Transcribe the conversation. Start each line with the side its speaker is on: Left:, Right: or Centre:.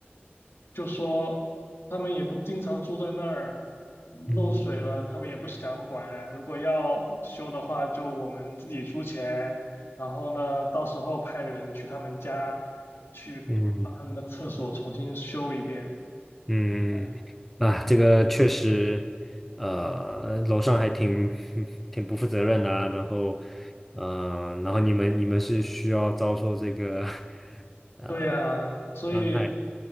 Left: 就说他们也不经常住在那儿，漏水了他们也不想管。
Centre: 嗯
Left: 如果要修的话，就我们自己出钱，然后呢，到时候派人去他们家去把他们的厕所重新修一遍。
Centre: 嗯嗯，
Left: 哎，
Centre: 啊，这个确实，呃，楼上还挺 <laughs> 挺不负责任的啊，然后。呃，然后你们你们是需要遭受这个 <laughs> 呃
Left: 对呀，所以
Centre: 伤害，